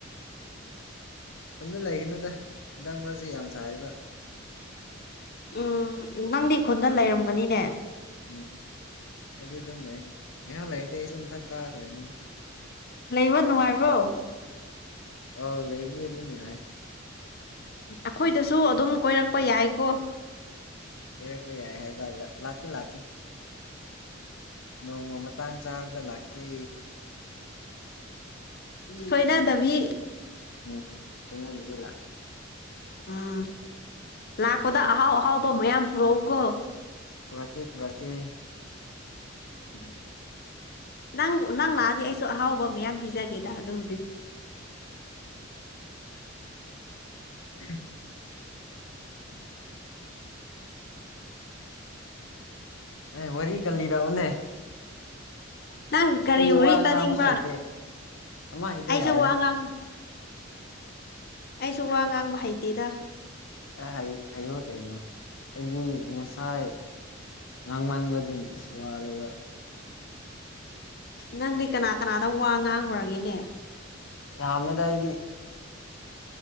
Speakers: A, on the left; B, on the left.
A: ꯎꯝ ꯈꯨꯟꯗ ꯂꯩꯒꯅꯨꯗ ꯍꯟꯗꯛ ꯃꯔꯛꯁꯦ ꯌꯥꯝ ꯁꯥꯕ
B: ꯎꯝ ꯅꯪꯗꯤ ꯈꯨꯣꯟꯗ ꯂꯩꯔꯝꯒꯅꯤꯅꯦ
A: ꯎꯝ ꯑꯩꯗꯤ ꯑꯗꯨꯝ ꯂꯩ ꯉꯍꯥꯛ ꯂꯩꯔꯗꯤ ꯑꯩꯁꯨ ꯃꯝꯊꯛ ꯇꯥꯈ꯭ꯔꯦꯅꯤ
B: ꯂꯩꯕ ꯅꯨꯡꯉꯥꯏꯕ꯭ꯔꯣ
A: ꯑ ꯂꯩꯕꯗꯤ ꯑꯗꯨ ꯅꯨꯡꯉꯥꯏ
B: ꯑꯩꯈꯣꯏꯗꯁꯨ ꯑꯗꯨꯝ ꯀꯣꯏꯔꯛꯄ ꯌꯥꯏꯀꯣ
A: ꯀꯣꯏꯔꯛꯄ ꯌꯥꯏ ꯍꯥꯏꯕ ꯂꯥꯛꯇꯦ ꯂꯥꯛꯀꯦ ꯅꯣꯡꯃ ꯃꯇꯥꯡ ꯆꯥꯕꯗ ꯂꯥꯛꯀꯦ
B: ꯁꯣꯏꯅꯥꯗꯕꯤ
A: ꯎꯝ ꯁꯅ ꯑꯗꯨꯗꯨ ꯂꯥꯛꯀꯦ
B: ꯎꯝ ꯂꯥꯛꯄꯗ ꯑꯍꯥꯎ ꯑꯍꯥꯎꯕ ꯃꯌꯥꯝ ꯄꯨꯔꯛꯎꯀꯣ
A: ꯄꯨꯔꯥꯇ ꯄꯨꯔꯥꯇ
B: ꯎꯝ ꯅꯪ ꯅꯪ ꯂꯥꯛꯑꯗꯤ ꯑꯩꯁꯨ ꯑꯍꯥꯎꯕ ꯃꯌꯥꯝ ꯄꯤꯖꯒꯦꯗ ꯑꯗꯨꯕꯨꯗꯤ
A: ꯎꯝ ꯎ ꯑꯦ ꯋꯥꯔꯤ ꯜꯂꯤꯔꯛꯑꯣꯅꯦ
B: ꯅꯪ ꯒꯥꯔꯤ
A: ꯋꯥ
B: ꯋꯥꯔꯤ
A: ꯉꯥꯡꯕꯁꯨ
B: ꯇꯥꯅꯤꯡꯕ꯭ꯔ
A: ꯍꯩꯇꯦ ꯑꯃ ꯍꯦꯛꯇ
B: ꯑꯩꯁꯨ
A: ꯌꯥꯏꯗ
B: ꯋꯥ ꯉꯥꯡꯅ ꯑꯩꯁꯨ ꯋꯥ ꯉꯥꯡꯕ ꯍꯩꯇꯦꯗ
A: ꯑꯦ ꯍꯥꯏꯌꯨ ꯀꯩꯅꯣ ꯑꯩꯗꯤ ꯉꯁꯥꯏ ꯉꯥꯡꯃꯟꯕꯗꯒꯤꯁꯨ ꯋꯥꯔꯤꯕ
B: ꯅꯪꯗꯤ ꯀꯅꯥ ꯀꯅꯥꯗ ꯋꯥ ꯉꯥꯡꯈꯨꯔꯒꯦꯅꯦ
A: ꯌꯥꯃꯦꯗꯥꯏꯗꯤ